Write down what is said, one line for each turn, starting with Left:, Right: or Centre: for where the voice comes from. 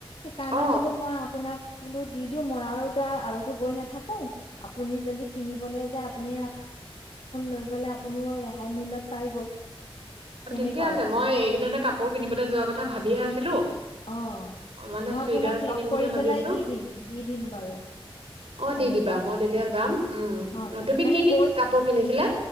Left: সেইকাৰণে
Right: অ
Left: বোলো মই আপোনাক বো দি দিও মই আৰু আৰুো গৈ নাথাকো আপুনি যদি কিনিব য আপুনি লৈ গলে আপু পাই গল তেনেকুৱা
Right: ঠিকে আছে মই এইকিনতে কাপোৰ কিনিবলৈ যোৱা কথা ভাবিয়ে আছিলো
Left: অ
Right: অ, মানে
Left: মই
Right: চুইদাৰ
Left: আপোনাক
Right: কিনিম
Left: লগ কৰি
Right: বুলি ভাবিছো
Left: পেলাই দি দিম দি দিম বাৰু
Right: অ
Left: তেনেকুৱা
Right: দি দিবা মই তেতিয়া যাম
Left: অ
Right: উম
Left: হয়
Right: অ, তুমি
Left: মানে
Right: কি কি
Left: গৈ
Right: কাপোৰ কিনিছিলা